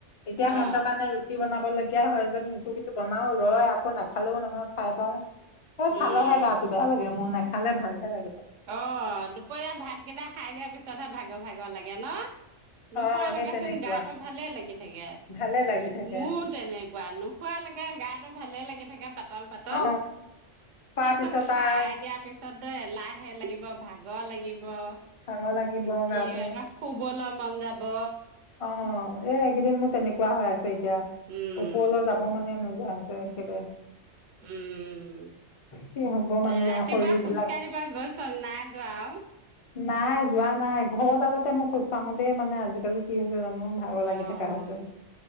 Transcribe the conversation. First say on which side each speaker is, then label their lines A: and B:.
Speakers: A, on the left (about 40°); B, on the right (about 85°).
A: এতিয়া সেহেন্তৰ
B: অ
A: কাৰণে ৰুটি বনাব লগী এতিয়া হয় যেন ইটো সিটো বনাওঁ ৰয় আকৌ নাখালেও নহয় খাই পাওঁ। এ
B: উম
A: খালেহে গাটো বেয়া লাগে মোৰ, নে খালে ভালহে লাগে।
B: অ দুপৰীয়া ভাতকেইটা খাই দিয়া পিছতহে ভাগৰ ভাগৰ লাগে। গে ন? নোখোৱালৈকেচোন
A: অ সেই তেনেকুৱা
B: গাটো ভালে লাগি থাকে।
A: ভালে লাগি থাকে
B: মোৰো তেনেকুৱা নোখোৱালৈকে গাটো ভালে লাগি <unintelligible> পাতল পাতল।
A: অ খোৱাৰ
B: তাৰপিছত
A: পিছত
B: খাই
A: আৰু
B: দিয়াৰ পিছত টো এলাহ লাগিব ভাগৰ লাগিব।
A: ভাগৰ লাগিব
B: <unintelligible>
A: গাটো
B: কি <unintelligible> শুবলৈ মন যাব।
A: অ' এই এইকেইদিন মোৰ তেনেকুৱা হৈ আছে। এতিয়া
B: উম
A: ওপৰলৈ যাব মানে নো গা চা একেবাৰে
B: উম।
A: কি হ'ব মানে
B: ৰাতিপুৱা
A: শৰীৰ
B: খোজকাঢ়িব
A: বিলাক
B: গৈছ না নাই যোৱা আৰু
A: নাই যোৱা নাই ঘৰডালতে মই খোজ কাঢ়োতেই মানে আজিকালি কি হৈছে জানো ভাগৰ
B: অ'
A: লাগি
B: অ'।
A: থকা হৈছে।